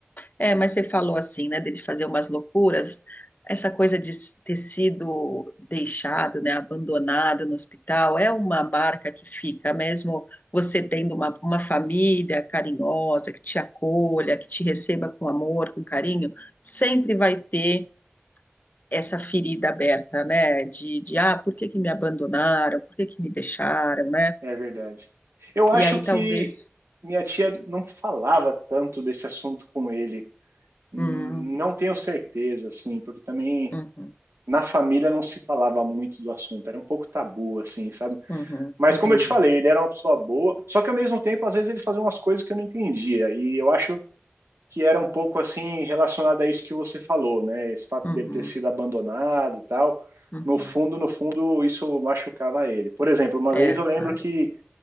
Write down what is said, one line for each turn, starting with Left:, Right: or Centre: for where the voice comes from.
Left: É, mas você falou assim, né, dele fazer umas loucuras. Essa coisa de s- ter sido deixado, né, abandonado no hospital, é uma marca que fica, mesmo você tendo uma, uma família carinhosa, que te acolha, que te receba com amor, com carinho, sempre vai ter essa ferida aberta, né, de, de ah, por que que me abandonaram, por que que me deixaram, né?
Right: É verdade. Eu
Left: E
Right: acho
Left: aí
Right: que
Left: talvez.
Right: minha tia não falava tanto desse assunto com ele. Hum,
Left: hum,
Right: Não tenho certeza, assim, porque também
Left: Uhum,
Right: na família não se falava muito do assunto, era um pouco tabu, assim, sabe?
Left: uhum,
Right: Mas
Left: entendi.
Right: como eu te falei, ele era uma pessoa boa, só que ao mesmo tempo, às vezes ele fazia umas coisas que eu não entendia, e eu acho que era um pouco assim relacionado a isso que você falou, né? Esse fato
Left: Uhum,
Right: dele ter sido abandonado e tal.
Left: uhum.
Right: No fundo, no fundo, isso machucava ele. Por exemplo, uma
Left: É,
Right: vez eu lembro
Left: claro.
Right: que